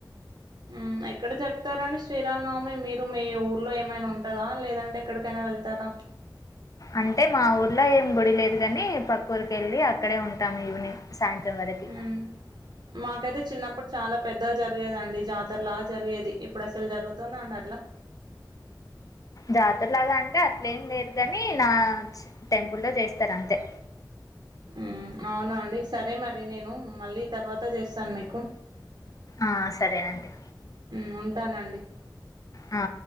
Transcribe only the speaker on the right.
ఉమ్ ఎక్కడ జరుపుతారండి శ్రీరామనవమి మీరు మీ ఊర్లో ఏమైనా ఉంటందా లేదంటే ఎక్కడికైనా వెళ్తారా
ఉమ్ మాకైతే చిన్నప్పుడు చాలా పెద్దగా జరిగేదండి జాతర లాగా జరిగేది ఇప్పుడు అస్ సల్ జరుగుతోంద అండి అట్లా
హమ్ అవును అండి సరే మరి నేను మళ్ళీ తర్వాత చేస్తాను మీకు
ఉ ఉంటానండి